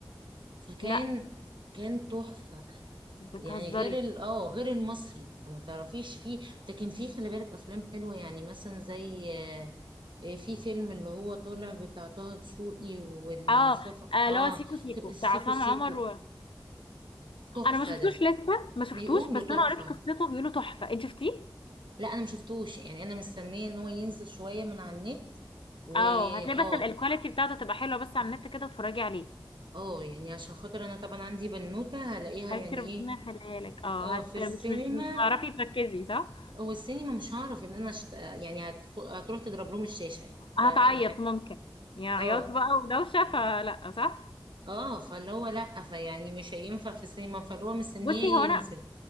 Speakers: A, on the right (about 65°); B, on the left (about 80°).
A: فكان
B: لا
A: كان تحفه
B: بتهزري
A: يعني غير ال اه غير المصري فما تعرفيش فيه لكن فيه خلي بالك افلام حلوه يعني مثلا زي آه، آه، في فيلم اللي هو طالع بتاع طه دسوقي والمصطفى
B: اه اه،
A: اه
B: اللي هو سيكو سيكو بتاع
A: سيكو
B: عصام
A: سيكو
B: عمر
A: تحفه
B: انا ما شفتوش
A: ده
B: لسه ما شفتوش
A: بيقولوا
B: بس
A: تحفه
B: انا قريت قصته بيقولوا تحفه انت شفتيه
A: لا انا ما شفتوش يعني انا مستنيه ان هو ينزل شويه من على النت و
B: اه هتلاقي
A: اه
B: بس ال- الكواليتي بتاعته تبقى حلوه بس على النت كده وتتفرجي عليه
A: اه يعني عشان خاطر انا طبعا عندي بنوته هلاقيها
B: فانت
A: يعني
B: ربنا
A: ايه
B: يخليها لك اه
A: اه
B: هت
A: في السينما
B: مش مش مش هتعرفي تركزي صح
A: هو السينما مش هعرف ان انا شت... يعني هتف... هتروح تضرب لهم الشاشه يعني ده
B: هتعيط
A: الحاجه
B: ممكن يعني
A: اه
B: عياط بقى ودوشه فلا صح
A: اه فاللي هو لا فيعني مش هينفع في السينما فاللي هو مستنيه
B: بصي هو
A: ينزل
B: انا